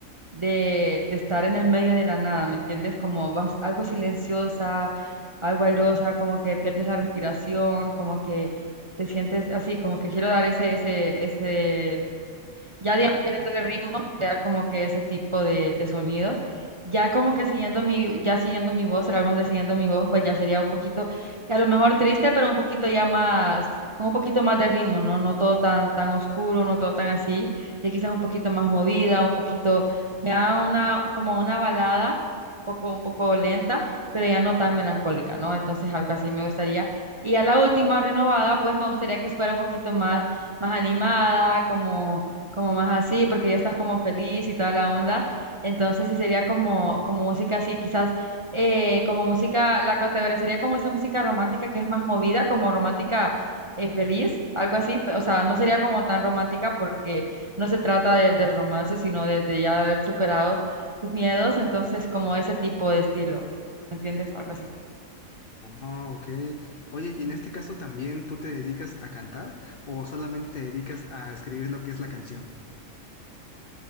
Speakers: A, on the right; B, on the left.
A: De, de estar en el medio de la nada, ¿me entiendes? Como vas, algo silenciosa, algo airosa, como que pierdes la respiración, como que te sientes así, como que quiero dar ese, ese, ese ya, digamos, ya dentro del ritmo, crear como que ese tipo de, de sonido. Ya como que siguiendo mi, ya siguiendo mi voz, el álbum de Siguiendo mi voz, pues ya sería un poquito, a lo mejor triste, pero un poquito ya más, con un poquito más de ritmo, ¿no? No todo tan, tan oscuro, no todo tan así. Ya quizás un poquito más movida, un poquito, ya una, como una balada, un poco, un poco lenta, pero ya no tan melancólica, ¿no? Entonces algo así me gustaría. Y a la última renovada, pues me gustaría que fuera un poquito más, más animada, como como más así, porque ya estás como feliz y toda la onda. Entonces sí sería como, como música así, quizás eh, como música, la categorizaría como esa música romántica que es más movida, como romántica eh, feliz, algo así. pe- O sea, no sería como tan romántica porque no se trata de, del romance, sino de, de ya haber superado tus miedos, entonces como ese tipo de estilo, ¿me entiendes? Algo así.
B: Ah, ok. Oye, ¿y en este caso también tú te dedicas a cantar o solamente te dedicas a escribir lo que es la canción?